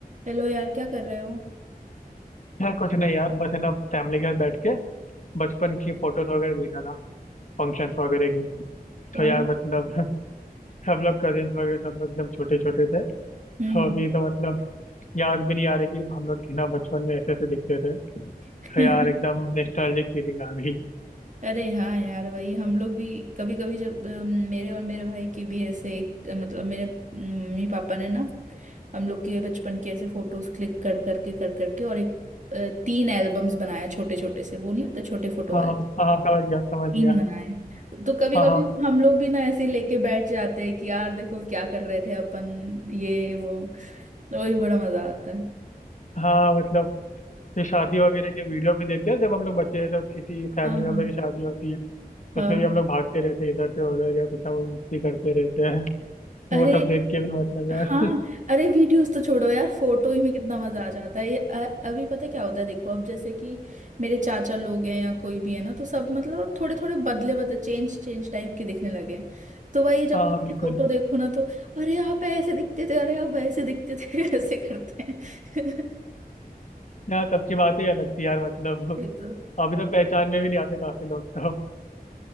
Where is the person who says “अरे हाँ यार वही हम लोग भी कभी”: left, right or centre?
Right